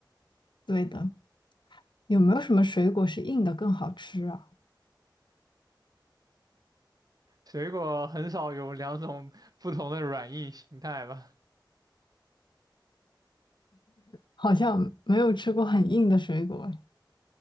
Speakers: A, on the left (about 70°); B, on the right (about 50°).
A: 对的，有没有什么水果是硬的更好吃啊？
B: 嗯。水果很少有两种不同的软硬形态吧？
A: 好像没有吃过很硬的水果哎